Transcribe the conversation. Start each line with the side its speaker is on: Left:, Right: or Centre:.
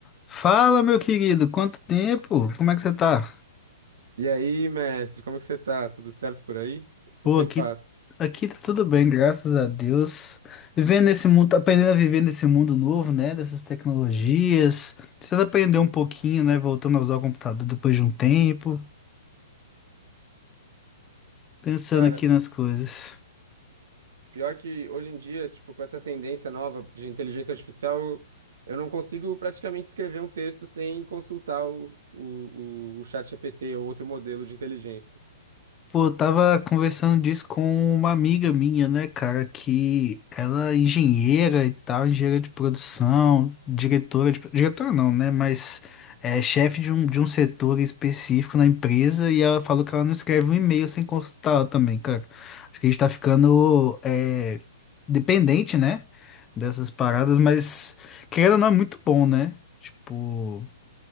Left: Fala, meu querido, quanto tempo? Como é que você tá?
Right: E aí, mestre, como que você tá? Tudo certo por aí?
Left: Pô,
Right: Eu tô
Left: aqui,
Right: em paz.
Left: aqui tá tudo bem, graças a Deus. Vivendo nesse mundo, aprendendo a viver nesse mundo novo, né? Dessas tecnologias. Precisando aprender um pouquinho, né? Voltando a usar o computador depois de um tempo. Pensando
Right: Cara,
Left: aqui nas coisas.
Right: pior que hoje em dia, tipo, com essa tendência nova de inteligência artificial, eu eu não consigo praticamente escrever um texto sem consultar o, o, o, o ChatGPT ou outro modelo de inteligência.
Left: Pô, eu tava conversando disso com uma amiga minha, né, cara, que ela é engenheira e tal, engenheira de produção, diretora de... Diretora não, né, mas é chefe de um, de um setor específico na empresa e ela falou que ela não escreve um e-mail sem consultar ela também, cara. Acho que a gente tá ficando é, dependente, né, dessas paradas, mas querendo ou não é muito bom, né? Tipo,